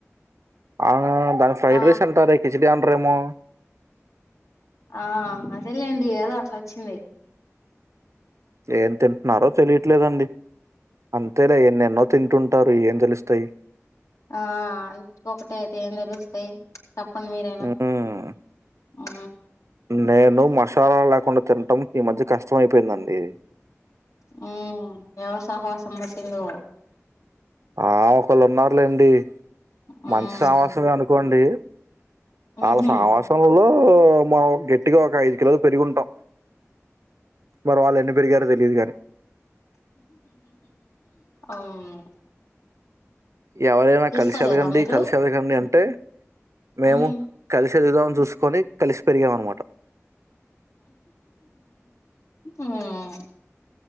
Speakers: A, on the right (about 70°); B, on the left (about 80°).
A: ఆ దాని ఫ్రైడ్
B: ఆ
A: రైస్ అంటారే కిచిడి అనరేమో
B: ఆ అదేలేండి ఏదో అట్లోచ్చింది
A: ఏం తింటున్నారో తెలియట్లేదండి అంతేలే ఎన్నెన్నో తింటుంటారు ఏం తెలుస్తాయ్
B: ఆ అన్నిటికొటే అయితే ఏం తెలుస్తాయ్ చెప్పండి మీరైనా
A: హ్మ్
B: ఆ
A: నేను మసాలా లేకుండా తినటం ఈ మధ్య కష్టమైపోయిందండి
B: ఉమ్ ఎవ సాహవసం బట్టిందో
A: ఆ ఒకళ్ళు ఉన్నారులేండి
B: మ్మ్
A: మంచి సామాసమే అనుకోండి వాళ్ళ
B: ఊహూ
A: సాహాసంలో మన గేట్ ట్టిగా ఒక ఐదు కిలోలు పెరిగుంటాం మరి వాళ్ళు ఎన్ని పెరిగారో తెలీదు కాని
B: అవును
A: ఎవరైనా
B: చూసుకోలేదా
A: కలిసరుగండి
B: మీరు
A: కలిసరుగండి అంటే మేము
B: మ్మ్
A: కలి శరీరలను చూసుకొని కలిసి పెరిగాం అన్నమాట
B: మ్మ్